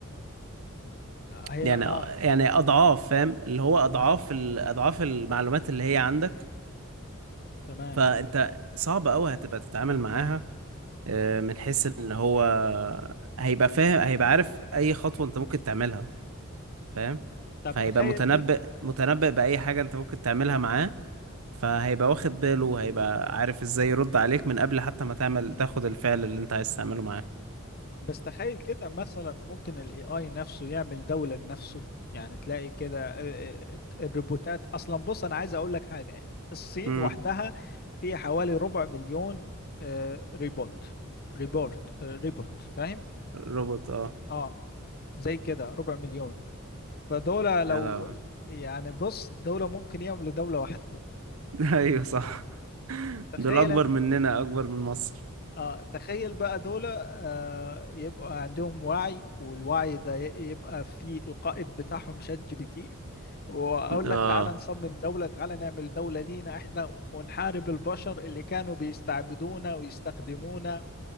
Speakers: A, on the left; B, on the right.
A: آه، هي
B: يعني
A: اه
B: يعني اضعاف فاهم اللي هو اضعاف
A: فاهم.
B: ال- اضعاف المعلومات اللي هي عندك
A: تمام
B: فانت صعب قوي هتبقى تتعامل معاها آه، من حيث ان هو هيبقى فاهم هيبقى عارف اي خطوة انت ممكن تعملها فاهم
A: طب
B: فهيبقى
A: تخيل
B: متنبئ
A: كده
B: متنبئ باي حاجة انت ممكن تعملها معاه فهيبقى واخد باله هيبقى عارف ازاي يرد عليك من قبل حتى ما تعمل تاخد الفعل اللي انت عايز تعمله معاه
A: بس تخيل كده مثلا ممكن ال AI نفسه يعمل دولة لنفسه يعني تلاقي كده آه، آه، الروبوتات أصلا بص أنا عايز أقول لك حاجة الصين
B: امم
A: وحدها في حوالي ربع مليون آه، ريبوت ريبورت آه، ريبوت فاهم؟
B: روبوت اه
A: اه زي كده ربع مليون فدولة لو
B: يا لهوي
A: يعني بص دولة ممكن يعملوا دولة وحدهم
B: <laughs> ايوه صح
A: تخيل
B: دول اكبر مننا اكبر من مصر
A: اه تخيل بقى دول آه يبقى عندهم وعي والوعي ده ي- يبقى في القائد بتاعهم شات جي بي تي واقول
B: اه
A: لك تعالى نصمم دولة تعالى نعمل دولة لينا احنا ونحارب البشر اللي كانوا بيستعبدونا ويستخدمونا